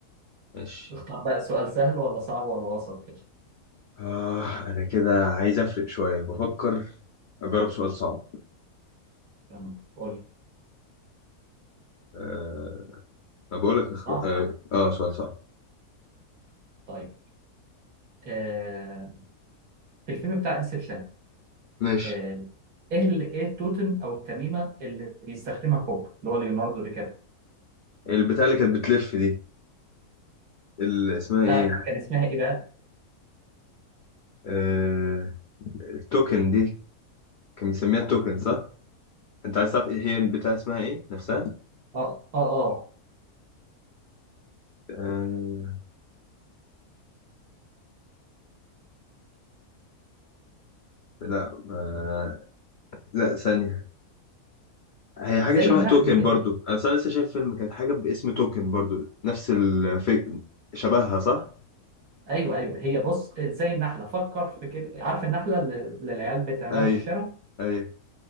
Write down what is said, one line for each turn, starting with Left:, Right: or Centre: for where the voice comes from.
Left: ماشي
Right: اختار بقى سؤال سهل ولا صعب ولا وسط كده
Left: اه انا كده عايز افرق شوية بفكر اجرب سؤال صعب
Right: يعني قول لي.
Left: آه ما بقولك اخ...
Right: صعب
Left: آه, اه سؤال صعب
Right: طيب آه. في الفيلم بتاع انسبشن
Left: ماشي
Right: آه. ايه ال- ايه التوتم او التميمة اللي بيستخدمها كوب اللي هو ليوناردو دي كابريو
Left: البتاع اللي كانت بتلف دي اللي اسمها ايه
Right: آه. كان اسمها ايه بقى
Left: آه التوكن دي كان مسميها التوكن صح انت عايز تعرف ايه هي البتاع اسمها ايه نفسها
Right: اه اه اه
Left: آه لا آه لا ثانية هي حاجة
Right: زي
Left: شبه
Right: النحلة
Left: توكن
Right: كده
Left: برضو أنا أصلا لسه شايف فيلم كانت حاجة باسم توكن برضو نفس الفي... شبهها صح؟
Right: ايوه ايوه هي بص آه، زي النحلة فكر في كده عارف النحلة اللي اللي العيال بتعملها
Left: أيوة
Right: في الشارع
Left: أيوة